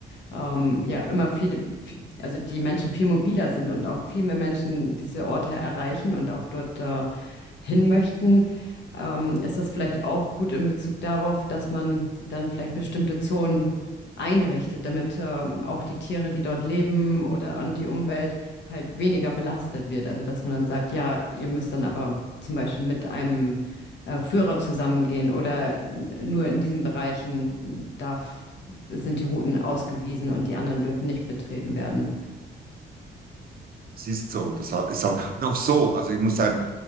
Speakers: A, on the left; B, on the right.
A: ähm, ja immer viel, viel, also die Menschen viel mobiler sind und auch viel mehr Menschen diese Orte erreichen und auch dort äh, hin möchten, ähm, ist das vielleicht auch gut in Bezug darauf, dass man dann vielleicht bestimmte Zonen einrichtet, damit ähm, auch die Tiere, die dort leben oder an die Umwelt halt weniger belastet wird. Also dass man dann sagt, ja, ihr müsst dann aber zum Beispiel mit einem äh, Führer zusammengehen oder nur in diesen Bereichen darf sind die Routen ausgewiesen und die anderen dürfen nicht betreten werden.
B: Es ist so und das ist auch, und auch so. Also ich muss sagen,